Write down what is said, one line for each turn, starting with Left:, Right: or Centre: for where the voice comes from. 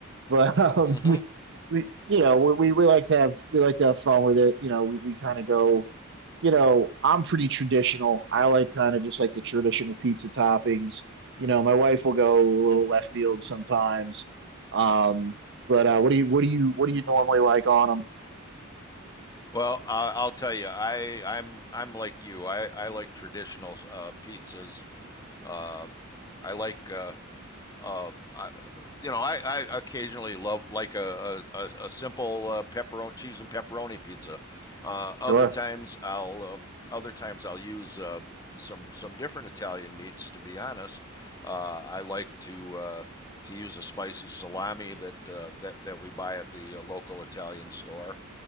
Right: but <laughs> um
Left: hmm
Right: we we you know, we we we like to have we like to have fun with it. You know, we we kind of go you know, I'm pretty traditional. I like kind of just like the traditional pizza toppings. You know, my wife will go a little left field sometimes. Um, but uh, what do you what do you what do you normally like on them?
Left: Well, uh, I'll tell you, I I'm I'm like you. I I like traditional uh, pizzas. Um, I like uh, um, I, you know, I, I occasionally love like a a, a simple uh, pepperoni cheese and pepperoni pizza. Uh, other
Right: Sure.
Left: times I'll uh, other times I'll use uh, some some different Italian meats. To be honest, uh, I like to uh, to use a spicy salami that uh, that that we buy at the uh, local Italian store